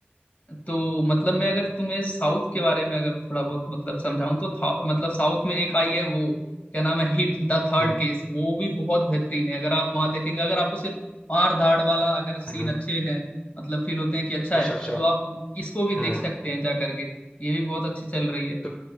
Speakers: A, on the left; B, on the left.
A: तो मतलब मैं अगर तुम्हें साउथ के बारे में अगर थोड़ा बहुत मतलब समझाऊं तो था, मतलब साउथ में एक आई है वो क्या नाम है हिट द थर्ड
B: हम्म
A: केस वो भी बहुत बेहतरीन है अगर आप वहां देखेंगे अगर आपको सिर्फ मार धाड़ वाला अगर सीन
B: हम्म,
A: अच्छे हैं मतलब फील होते हैं कि अच्छा
B: अच्छा
A: है
B: अच्छा
A: तो आप इसको भी
B: हम्म
A: देख सकते हैं जा करके ये भी बहुत अच्छी चल रही है
B: तो